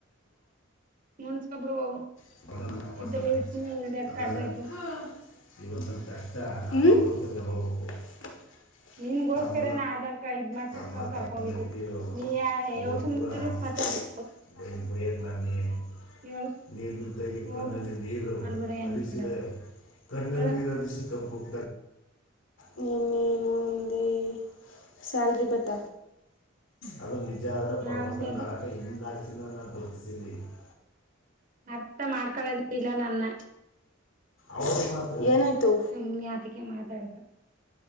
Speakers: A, on the right; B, on the left.
A: ಮುನ್ಸೊಕ್ಸೋ ಬಿಡು ಹೋಗು.
B: ಹೌದ.
A: ಇದ್ರ ಇಡ್ತೀನಿ ಇಲ್ದರ್ ಕಡ್ದ
B: <unintelligible>
A: ಹೋಯ್ತೀನಿ
B: ಹ್ಮ್ಮ್ <unintelligible>
A: ನಿನ್ಗೋಸ್ಕರ
B: ತಮ್
A: ನಾ ಆಧಾರ್ ಕಾರ್ಡ್ ಇದ್ ಮಾಡ್ಸಕ್
B: ತಮ್ಮಾರ್
A: ಅವ್ ಕರ್ಕೋಗಿದ್ದು
B: ಹೆಣ್ಣತಿರು
A: ನೀ
B: ಇವತ್ಗೂ
A: ಸುಮ್ನೆ
B: ಅವ್ರಿಗ್
A: ಮಾತಾಡ್ಬಿಡ್
B: ಬೈಯ್ಯದ ಮಾಡ್ನಿ
A: ಹೇಳು
B: <unintelligible> ನಿಂತಲಿ ಕಲ್ಲಲ್ಲಿ
A: ಹೋಗು
B: ನೀರು
A: ಮಲ್ಗಡೆ
B: ಹರಿಸಿದೆ.
A: ಏನು ಬಿಡದೆ
B: ಕಣ್ಣಲ್
A: ಹೇಳು
B: ನೀರ್ ಹರಿಸಿ ಕರ್ಕೊ <unintelligible> ನೀನ್ ಏನೋ ಅಂದೇ ಸ್ಯಾಲರಿ ಬತ್ತ. ಅದು ನಿಜ ಆದ್ರೆ ಭಗವಂತ
A: ಯಾವ ಸರಿ
B: <unintelligible>
A: ಅರ್ಥ ಮಾಡ್ಕೊಳೋದೆ ಇಲ್ಲ ನನ್ನ.
B: ಅವರ್ ಮಾತ್ರ ಏನಾಯ್ತು.
A: ಸುಮ್ನೆ ಯಾತಿಕ್ಕೆ ಮಾತಾಡ್ದೆ